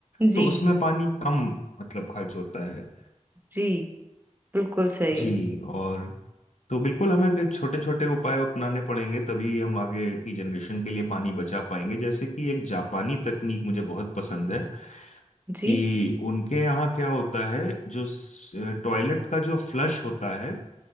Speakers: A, on the right; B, on the left.
A: जी
B: तो उसमें पानी कम मतलब खर्च होता है
A: जी बिल्कुल सही
B: जी और तो बिल्कुल हमें के छोटे छोटे उपाय अपनाने पड़ेंगे तभी हम आगे की जनरेशन के लिए पानी बचा पाएंगे जैसे कि एक जापानी तकनीक मुझे बहुत पसंद है
A: जी
B: कि उनके यहाँ क्या होता है जो टॉयलेट का जो फ्लश होता है